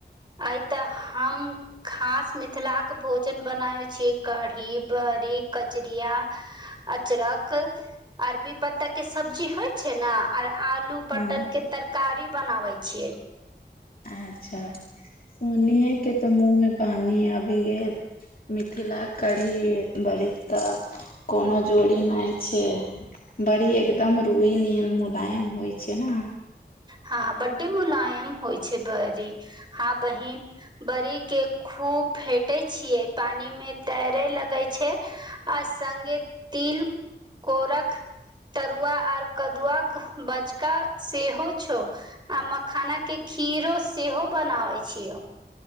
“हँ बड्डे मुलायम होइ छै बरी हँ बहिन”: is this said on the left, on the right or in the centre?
Right